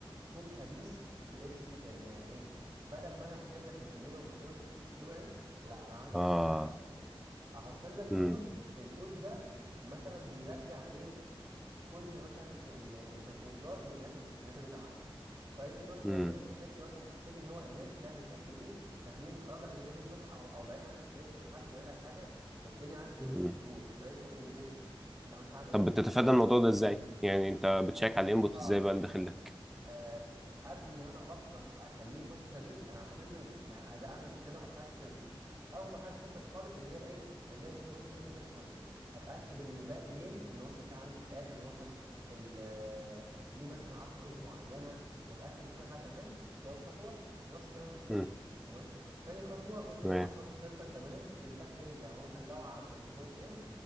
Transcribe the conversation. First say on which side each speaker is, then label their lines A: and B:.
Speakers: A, on the right; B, in the centre.
A: كود خبيث في الاس كيو ال يعني ايه بدل ما انا هكتب لك الايميل والباسورد بتوعي لا انا هعمل حاجة
B: اه
A: اخبث من كده هحط لك
B: مم.
A: كود الكود ده مثلا بيرجع ايه كل مثلا ال- الباسوردات والايميلات اللي في الداتابيز عندك فانت تروح تعمل
B: مم.
A: تشيك مثلا تفتكر ان هو ايميل فتعمل تشيك بيه فتلاقيه مخرب لك الداتابيز مثلا او او بعتها مثلا في لينك لحد بعتها لحاجه فالدنيا عندك تخرب
B: مم.
A: تبوظ فده اسمه انجكشن بعمل حاجه ايه
B: طب بتتفادى الموضوع ده ازاي؟ يعني انت بتشيك
A: ما هو
B: على الانبوت
A: اه
B: ازاي بقى اللي داخل لك؟
A: آه قبل ما انا اصلا اخليه يخش داتابيز انا هعمل له يعني عايز اعمل كذا مرحله فلتر اول مرحله فلتر خالص اللي هي ايه اللي هي في الفرونت اند ذات نفسه اتاكد ان ده ميل ان هو مثلا في علامه الات ان هو مثلا ال- آه، ليه مثلا عدد حروف معينه واتاكد ان كل حاجه تمام دي اول خطوه ونفس الكلام الباسورد
B: مم.
A: تمام تاني خطوه ممكن
B: تمام
A: احط فلتر كمان في الباك اند يعني هو مثلا لو عدى من الفرونت اند